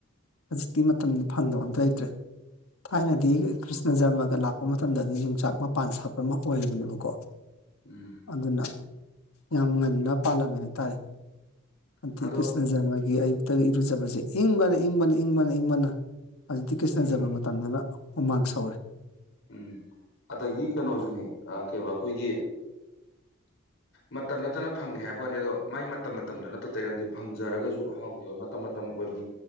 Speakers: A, on the left (about 90°); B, on the left (about 65°).
A: ꯖꯤꯛꯇꯤ ꯃꯇꯝꯅ ꯐꯪꯗꯕ ꯑꯝꯇ ꯂꯩꯇ꯭ꯔꯦ ꯊꯥꯏꯅꯗꯤ ꯀ꯭ꯔꯤꯁꯅ ꯖꯔꯃꯒ ꯂꯥꯛꯄ ꯃꯇꯝꯗꯗꯤ ꯌꯣꯡꯆꯥꯛ ꯃꯄꯥꯟ ꯁꯥꯠꯄ ꯃꯛ ꯑꯣꯏꯔꯕꯅꯦꯕꯀꯣ
B: ꯎꯝ
A: ꯑꯗꯨꯅ ꯌꯥꯝ ꯉꯟꯅ ꯄꯥꯜꯂꯝꯃꯦ ꯍꯥꯏꯇꯥꯏ ꯑꯟꯇꯤ
B: ꯑꯗꯣ
A: ꯀ꯭ꯔꯤꯁꯅ ꯖꯔꯃꯒꯤ ꯑꯌꯨꯛꯇꯒꯤ ꯏꯔꯨꯖꯕꯖꯦ ꯏꯪꯕꯅ ꯏꯪꯕꯅ ꯏꯪꯕꯅ ꯏꯪꯕꯅ ꯍꯧꯖꯤꯛꯇꯤ ꯀ꯭ꯔꯤꯁꯅ
B: ꯎꯝ
A: ꯖꯔꯃ ꯃꯇꯝꯅꯤꯅ ꯍꯨꯃꯥꯡ ꯁꯧꯔꯦ
B: ꯎꯝ ꯑꯗꯒꯤ ꯀꯩꯅꯣꯖꯨꯅꯦ ꯑ ꯀꯩꯕ ꯑꯩꯈꯣꯏꯒꯤ ꯃꯇꯝ ꯅꯠꯇꯅ ꯐꯪꯉꯦ ꯍꯥꯏꯕ ꯋꯥꯅꯤ ꯑꯗꯣ ꯃꯥꯏ ꯃꯇꯝ ꯃꯇꯝꯗꯣ ꯅꯠꯇ ꯇꯩꯌꯣꯟꯗꯤ ꯐꯪꯖꯔꯒꯖꯨ ꯍꯥꯎ ꯃꯇꯝ ꯃꯇꯝ ꯑꯣꯏꯕ